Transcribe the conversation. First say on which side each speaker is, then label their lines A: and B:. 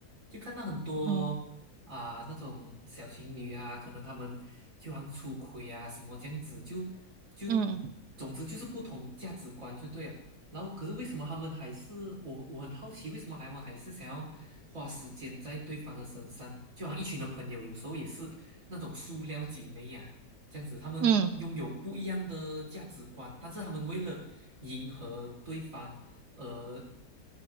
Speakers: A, on the right (about 50°); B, on the right (about 75°).
A: 就看到很多啊、
B: 嗯
A: 那种小情侣啊，可能他们就好像出轨啊什么这样子，就就
B: 嗯
A: 总之就是不同价值观就对了。然后可是为什么他们还是我我很好奇，为什么他们还是想要花时间在对方的身上？就好像一群的朋友，有时候也是那种塑料姐妹呀。这样子，他们拥有不一样的价值观，
B: 嗯
A: 但是他们为了迎合对方，呃，